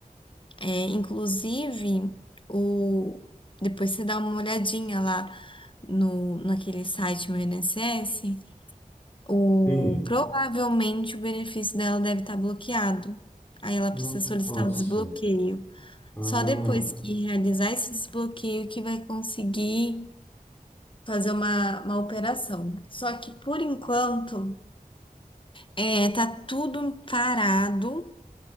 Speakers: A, on the left; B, on the left.
A: É, inclusive, o... depois você dá uma olhadinha lá no, naquele site meu INSS, o...
B: Sim.
A: provavelmente o benefício dela deve estar bloqueado. Aí ela
B: Nossa.
A: precisa solicitar o desbloqueio.
B: Ah,
A: Só depois que realizar esse desbloqueio que vai conseguir fazer uma, uma operação. Só que por enquanto, é, tá tudo parado.